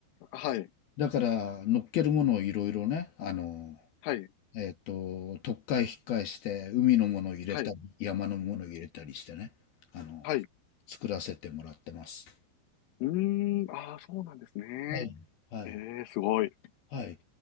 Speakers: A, on the left (about 85°); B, on the left (about 60°).
A: はい。
B: だから、乗っけるものをいろいろね、あの、
A: はい。
B: えっと、とっかえひっかえして、海のものを入れたり、
A: はい。
B: 山のものを入れたりしてね、あの、
A: はい。う
B: 作らせてもらってます。
A: ーん。ああ、そうなんですね。
B: はい。はい。
A: ええ、すごい。
B: はい。